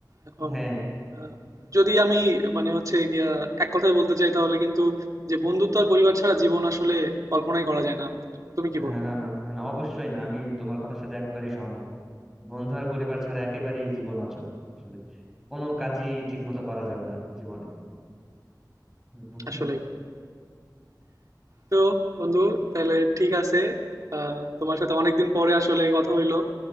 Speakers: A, on the right; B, in the centre.
A: এখন
B: হ্যাঁ
A: আহ, যদি আমি মানে হচ্ছে গিয়া এক কথায় বলতে চাই তাহলে কিন্তু যে বন্ধুত্ব আর পরিবার ছাড়া জীবন আসলে কল্পনাই করা যায় না আমাদের তুমি কি
B: হ্যাঁ
A: বলবো
B: না না হ্যাঁ, না অবশ্যই না আমি তোমার কথার সাথে একবারেই সহমত বন্ধু আর পরিবার ছাড়া একেবারেই জীবন অচল আসলে কোনো কাজই ঠিক মতো করা যাবে না জীবনে <laughs>
A: আসলে বন্ধু তো বন্ধু তাহলে ঠিক আছে আহ, তোমার সাথে অনেকদিন পরে আসলে কথা হইলো